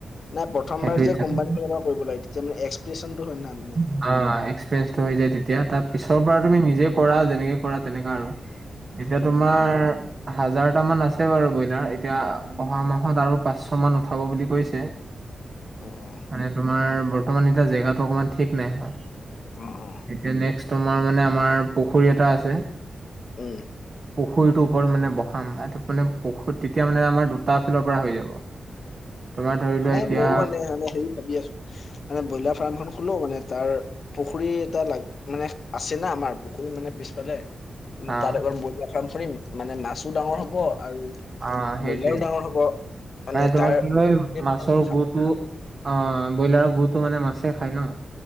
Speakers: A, on the left; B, on the right.
A: নাই প্ৰথমবাৰ
B: সেইটো হিচাপে
A: যে কোম্পানী পৰা কৰিব লাগে। তেতিয়া মানে এক্সপ্ৰেচনটো হয় নাই মানে।
B: অ', এক্সপিৰিয়েঞ্চটো হৈ যায় তেতিয়া তাৰ পিছৰ পৰা তুমি নিজে কৰা, যেনেকে কৰা তেনেকুৱা আৰু এতিয়া
A: সেইটোৱেতো
B: তোমাৰ হাজাৰটা মান আছে বাৰু ব্ৰইলাৰ এতিয়া অহা মাহত আৰু পাঁচশ মান উঠাব বুলি কৈছে।
A: অ অ
B: মানে তোমাৰ বৰ্তমান এতিয়া জেগাটো অকমান ঠিক নাই।
A: অঁ-অঁ!
B: এতিয়া নেক্সট তোমাৰ মানে আমাৰ পুখুৰী এটা আছে।
A: উম!
B: পুখুৰীটোৰ ওপৰত মানে বহাম তাত মানে পুখুৰী তেতিয়া মানে আমাৰ দুটা ফিলৰ পৰা হৈ যাব। তোমাৰ
A: উম
B: ধৰি
A: মানে
B: লোৱা এতিয়া
A: ময়োও মানে-মানে হেৰি ভাবি আছোঁ। মানে ব্ৰইলাৰ ফাৰ্ম এখন খোলো মানে তাৰ পুখুৰী এটা লাগ মানে আছে না আমাৰ পুখুৰী মানে পিছফালে।
B: অ',
A: তাত অলপ ব্ৰইলাৰ ফাৰ্ম খুলিম মানে মাছো ডাঙৰ হ'ব আৰু
B: অ', সেইটোৱে
A: ব্ৰইলাও ডাঙৰ হ'ব মানে
B: তোমাৰ
A: তাৰ
B: কি হয়
A: গোটেই মানে
B: মাছৰ
A: খাব
B: গুটো
A: না।
B: অঁ ব্ৰইলাৰৰ গুটো মানে মাছে খায় ন।